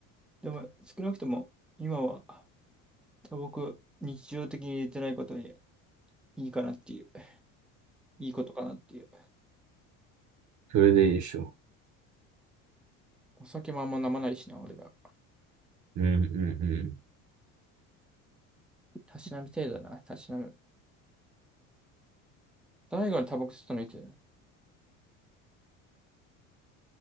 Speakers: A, in the centre; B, on the right.
A: でも、少なくとも、今は、多僕、日常的に入れてないことでいいかなっていう。いいことかなっていう。
B: それでいいでしょ
A: お酒もあんま飲まないしな、俺ら。
B: う。うんうんう
A: たしなむ程度だな。たしなむ。大悟のタバコ吸ったのいつ